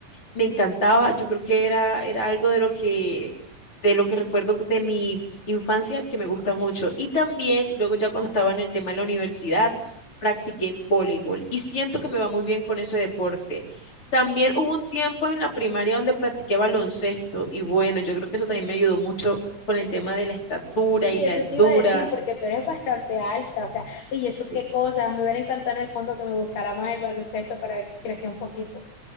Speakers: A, on the left; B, on the left.
A: me encantaba. Yo creo que era, era algo de lo que, de lo que recuerdo de mi infancia que me gusta mucho. Y también, luego ya cuando estaba en el tema de la universidad, practiqué voleibol y siento que me va muy bien con ese deporte. También hubo un tiempo en la primaria donde practiqué baloncesto y bueno, yo creo que eso también me ayudó mucho con el tema de la estatura
B: Sí,
A: y la
B: eso
A: altura.
B: te iba a decir porque tú eres bastante alta, o sea, y
A: Sí.
B: eso qué cosas, me hubiera encantado en el fondo que me gustara más el baloncesto para ver si crecía un poquito.